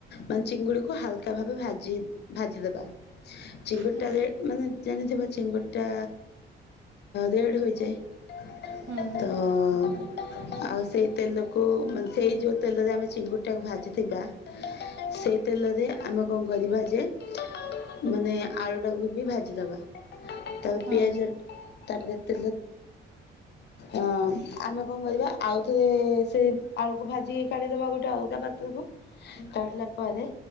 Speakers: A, on the left; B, on the right.
A: ମାନେ ଚିଙ୍ଗୁଡିକୁ ହାଲକା ଭାବେ ଭାଜି ଭାଜିଦବା। ଚିଙ୍ଗୁଟାାରେ
B: ହଁ
A: ମାନେ ଜାଣିଥିବ ଚିଙ୍ଗୁଟା। ଦେଢ ହୋଇଯାଏ
B: ହଁ
A: ତ <unintelligible> ଆଉ ସେଇ ତେଲକୁ ମାନେ ସେଇ ଯେଉଁ ତେଲରେ ଆମେ ଚିଙ୍ଗୁଡ଼ିଟାକୁ ଭାଜିଥିବା। ସେଇ ତେଲରେ ଆମେ କଣ କରିବା ଯେ ମାନେ ଆଳୁଟାକୁ ବି ଭାଜିଦବା। ତା
B: ହଁ
A: ପିଆଜର ତାପ <unintelligible> ତ ଅ ଆମେ କଣ କରିବା। ଆଉ ଥରେ ସେ ଆଳୁକୁ ଭାଜିକି କାଢିଦବା ଗୋଟେ ଅଲଗା ପାତ୍ରକୁ। କାଡିଲା ପରେ